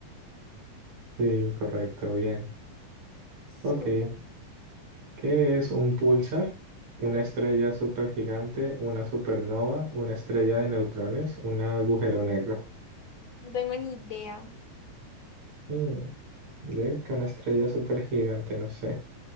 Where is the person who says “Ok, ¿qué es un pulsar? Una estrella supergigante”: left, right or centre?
Right